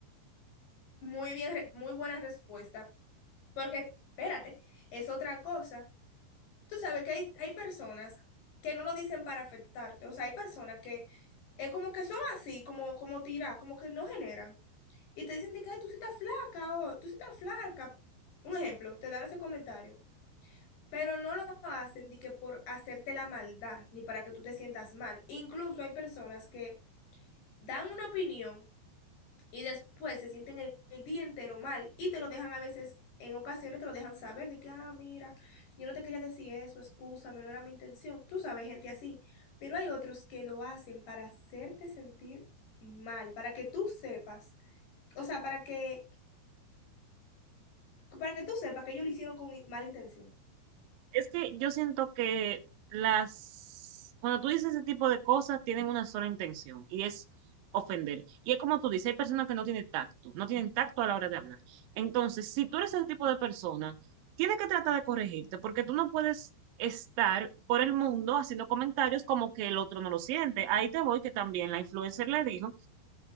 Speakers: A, on the left (about 60°); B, on the right (about 65°).
A: Muy bien, re- muy buena respuesta, porque, espérate, es otra cosa. tú sabes que hay, hay personas que no lo dicen para afectarte, o sea, hay personas que es como que son así, como, como tiras, como que no generan. Y te dicen de que "Ay, tú sí estás flaca o tú sí estás flaca. Un ejemplo, te dan ese comentario. Pero no lo hacen de que por hacerte la maldad, ni para que tú te sientas mal. Incluso hay personas que dan una opinión y después se sienten el, el día entero mal y te lo dejan a veces, en ocasiones te lo dejan saber de que, ah, mira, yo no te quería decir eso, excúsame, no era mi intención. Tú sabes, gente así, pero hay otros que lo hacen para hacerte sentir mal, para que tú sepas, o sea, para que, para que tú sepas que ellos lo hicieron con i- mala intención.
B: Es que yo siento que las, cuando tú dices ese tipo de cosas, tienen una sola intención y es ofender. Y es como tú dices, hay personas que no tienen tacto, no tienen tacto a la hora de hablar. Entonces, si tú eres ese tipo de persona, tienes que tratar de corregirte porque tú no puedes estar por el mundo haciendo comentarios como que el otro no lo siente. Ahí te voy, que también la influencer le dijo